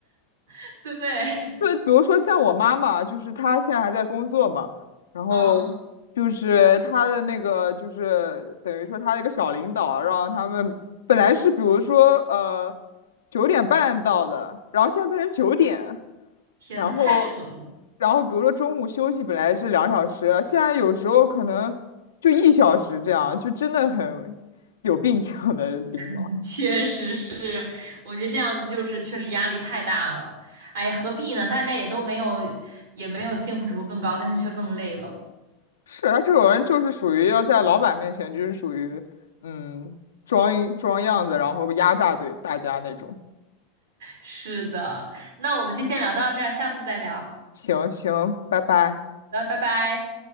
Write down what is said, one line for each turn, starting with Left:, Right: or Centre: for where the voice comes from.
Right: <laughs> 对，
Left: 对，比如说像我妈妈，就是她现在还在工作嘛，然后就是她的那个，
Right: 嗯，
Left: 就是等于说她的一个小领导啊，让他们本来是比如说呃九点半到的，然后现在变成九点，
Right: 天，
Left: 然后
Right: 那太扯了。
Left: 然后比如说中午休息本来是两小时，现在有时候可能就一小时这样，就真的很有病这样的领导。
Right: <laughs> 确实是，我觉得这样子就是确实压力太大了。哎，何必呢？大家也都没有，也没有幸福指数更高，但是却更累了。
Left: 是啊，这种人就是属于要在老板面前就是属于嗯装一装样子，然后压榨对大家那种。
Right: 是的，那我们就先聊到这儿，下次再聊。
Left: 行行，拜拜。
Right: 那拜拜。